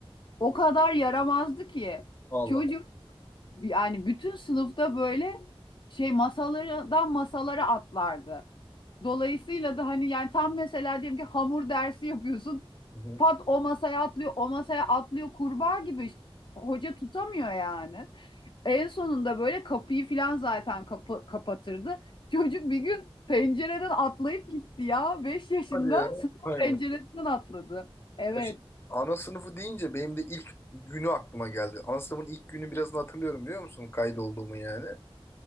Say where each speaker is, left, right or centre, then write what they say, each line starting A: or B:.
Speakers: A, on the left (about 50°); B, on the left (about 25°).
A: O kadar yaramazdı ki
B: Allah.
A: çocuk yani bütün sınıfta böyle şey masalardan masalara atlardı. Dolayısıyla da hani yani tam mesela diyelim ki hamur dersi yapıyorsun.
B: Hı hı.
A: Pat o masaya atlıyor, o masaya atlıyor kurbağa gibi. işte. Hoca tutamıyor yani. En sonunda böyle kapıyı filan zaten kapı kapatırdı. Çocuk bir gün pencereden atlayıp gitti ya. beş yaşında
B: Hadi ya.
A: <laughs> sınıf
B: Hay
A: penceresinden
B: Allah.
A: atladı. Evet.
B: Ya şimdi Ana sınıfı deyince benim de ilk günü aklıma geldi. Ana sınıfın ilk günü birazını hatırlıyorum biliyor musun? Kaydolduğumu yani.